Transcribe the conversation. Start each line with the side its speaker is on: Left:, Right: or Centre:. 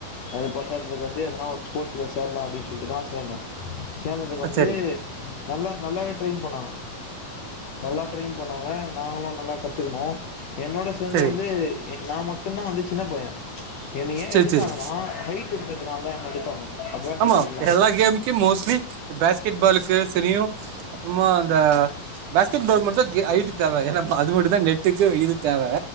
Left: அது பத்தாதுன்னு வந்து எதனா ஒரு ஸ்போர்ட்ஸ்ல சேரலா அப்டின்னு இப்ப தா சேந்தே சேர்ந்ததுக்கு
Right: ஆ,
Left: வந்து
Right: சரி
Left: நல்லா நல்லாவே ட்ரெயின் பண்ணாங்க நல்லா ட்ரெயின் பண்ணாங்க நாங்களு நல்ல கத்துக்கணு என்னோட சேர்ந்து
Right: சரி
Left: வந்து நா மட்டுந்தா வந்து சின்ன பைய என்ன ஏ
Right: சரி
Left: எடுத்தாங்கனா
Right: சரி
Left: ஹைட் இருக்கிறதுனால அ எடுத்தாங்க அட்வான்டேஜ்
Right: ஆமா
Left: அதுதான்.
Right: எல்லா கேம் கி மோஸ்ட்லி பேஸ்கெட்பாலுக்கு சரியு அப்புறமா அந்த பேஸ்கெட்பால் மட்டுந்தா ஐட்டு தேவ ஏன்னா அது மட்டுந்தா நெட்டுக்கு இது தேவ